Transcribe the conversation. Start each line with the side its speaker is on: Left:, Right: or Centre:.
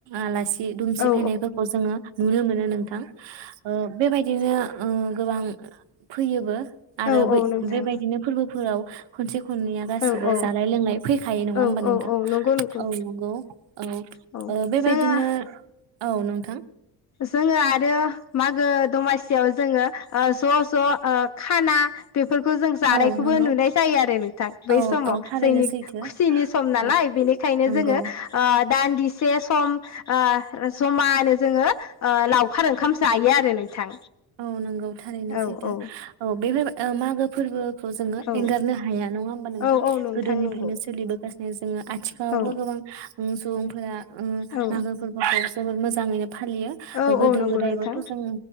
Right: आलासि दुमसि
Left: औ
Right: फायनायफोरखौ जोङो नुनो मोनो नोंथां ओ बेबायदिनो ओ गोबां फैयोबो आरो
Left: औ
Right: बै
Left: औ नोंथां
Right: बेबायदिनो फोरबोफोराव खनसे हुननाया गासिबो
Left: औ औ
Right: जानाय लोंनाय फै खायो नङा
Left: औ
Right: होमबा नोंथां
Left: औ औ नंगौ नोंथां
Right: औ नंगौ औ
Left: औ
Right: ओ बेबायदिनो
Left: जोङो
Right: औ नोंथां
Left: जोङो आरो मागो दमासियाव जोङो ओ ज' ज' ओ खाना बे फोरखौ जों जानायखौबो
Right: औ नंगौ
Left: नुनाय जायो आरो नोंथां बै
Right: औ
Left: समाव
Right: औ थारैनो
Left: जोंनि
Right: सैथो
Left: थिनि सम नालाय
Right: औ
Left: बेनिखायनो
Right: नंगौ
Left: जोङो ओ दानदि से सम ओ जमानो जोङो ओ लावखार ओंखाम जायो आरो नोंथां
Right: औ नंगौ थारैनो
Left: औ
Right: सैथो
Left: औ
Right: औ बेफोर ओ मागो फोरबो खौ जोङो
Left: औ
Right: एंगारनो हाया नङा होमबा नोंथां
Left: औ औ नोंथां
Right: गोदोनिफ्रायनो
Left: नंगौ
Right: सोलिबोगासिनो जोङो आथिखालावबो
Left: औ
Right: गोबां ओ सुबुं फोरा उम
Left: औ
Right: मागोफोरबोखौ जोबोर मोजाङै फालियो
Left: औ
Right: गोदो
Left: औ नंगौ
Right: गोदायबोथ'
Left: नोंथां
Right: जों